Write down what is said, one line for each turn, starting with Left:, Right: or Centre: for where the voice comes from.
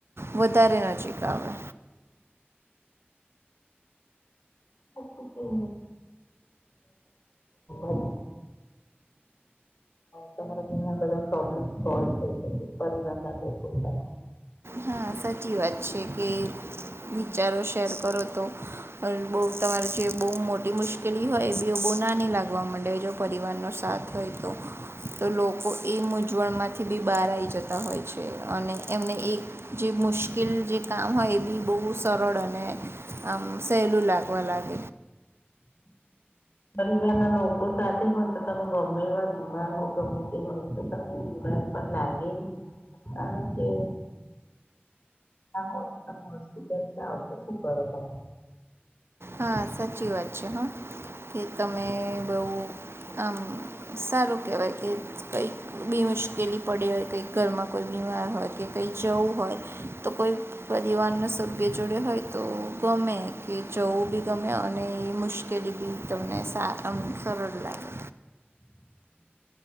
Right: વધારે નજીક આવે
Left: હો <unintelligible> અ તમારા ઘણા બધા પ્રોબ્લેમ સોલ્વ થઈ શકે પરિવાર ના લોકો સાથે
Right: હા સાચી વાત છે કે વિચારો શેર કરો તો બહુ તમારે જે બહુ મોટી મુશ્કેલી હોય એ ભી બ કોનાની લાગવા માંડે જો પરિવારનો સાથ હોય તો તો લોકો એ મૂંઝવણમાંથી બી બહાર આવી જતા હોય છે અને એમને એક જે મુશ્કેલ જે કામ હોય એ બી બહુ સરળ અને આમ સહેલું લાગવા લાગે
Left: <unintelligible> પરિવાર માં લોકો સાથે હોય તો તમે ગમે એવા બીમાર હો ગમે તે હોય તો તમને બીમારી પણ લાગે ને કારણ કે હો તો તમે હોસ્પિટલ આવ શું કરો તમે
Right: હા સાચી વાત છે હા કે તમે બહુ આમ સારું કહેવાય કે કંઈક બી મુશ્કેલી પડી હોય કંઈક ઘરમાં કોઈ બી હોય કે કઈ જવું હોય તો કોઈ પરિવારના સભ્ય જોડે હોય તો ગમે મે કે જવું બી ગમે અને એ મુશ્કેલી બી તમને સાથ આવવું સરળ લાગે
Left: <unintelligible>